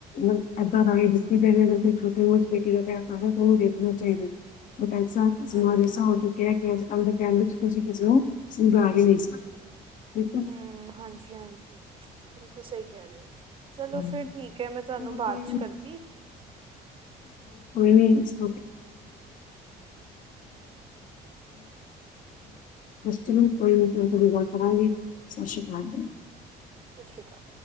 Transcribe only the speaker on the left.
ਮ ਏਦਾਂ ਰਾਹੀਂ ਦਤੀ ਪੈ ਛੋਟੇ ਉਹ ਚ ਬੈ ਕੇ ਕਰਦਾ ਉਹਨੂੰ ਵੇਖਣਾ ਚਾਹੀਦਾ <unintelligible>
ਹੋ ਚੁੱਕਿਆ ਕਿ ਅੱਜ ਕੱਲ ਦਾ <unintelligible> ਠੀਕ ਹੈ।
ਕੋ
ਆਖਿਰ
<unintelligible>
ਕੋਈ
ਨੀ <unintelligible> ਲੇਕਿਨ ਕੁ ਕੋਈ ਕੋ ਵੀ ਗੱਲ ਕਰਾਂਗੀ ਸਤਿ ਸ਼੍ਰੀ ਅਕਾਲ